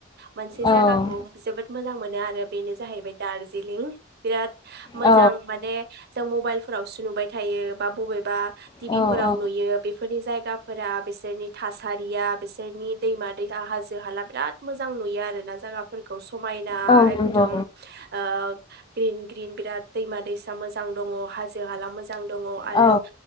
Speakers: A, on the right; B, on the left.
A: मोनसे जायगाखौ
B: औ
A: जोबोद। मोजां मोनो आरो बेनो जाहैबाय दार्जिलिं बिराद। मोजां
B: औ
A: माने जों मबाइल। फोरावसो नुबाय थायो बा बबेबा। टिभि
B: औ
A: फोराव
B: औ
A: नुयो बेफोरनि जायगा। फोरा बिसोरनि थासारिया बिसोरनि दैमा <unintelligible> हाजो हाला बिराद मोजां नुयो आरो ना जायगाफोरखौ। समायना
B: औ
A: एकदम
B: नंगौ
A: ओ ग्रिन ग्रिन बिराद। दैमा दैसा मोजां दङ हाजो हाला मोजां। जां दङ आरो
B: औ